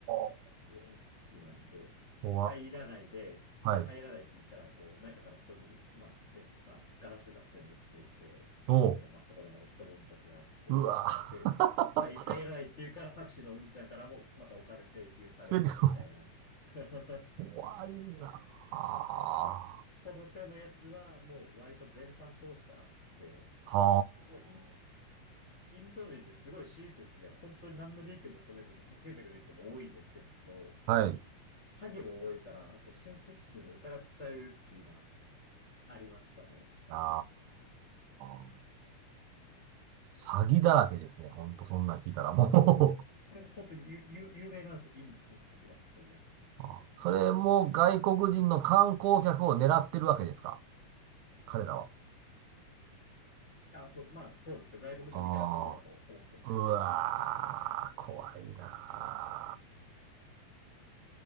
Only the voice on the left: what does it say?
雰囲気なんで、
入らないで、
いや、入らないって言ったら、こう、中から人で、まあ、で、まあ、ガラスだったりで出てきて、
こう、まあ、そこでまで一悶着があって、
で、はい、入らないって言うからタクシーのうんちゃんからも、
またお金請求されるし、
みたいな。
<laughs>
で、その手のやつは、もう割と全般通してあって、
もうイン、インド人ってすごい親切で、本当に何の利益を求めずに助けてくれる人も多いんですけど、
詐欺も多いから、こう、親切心を疑っちゃうっていうのはありましたね。
そう、詐欺です。ここれも本当に有、有有名なんですよ。インド本当詐欺ばっかみたい
な。あ、そう、まあそうですよ。外国人を見たらカモだと思って近づいてくるみたいな。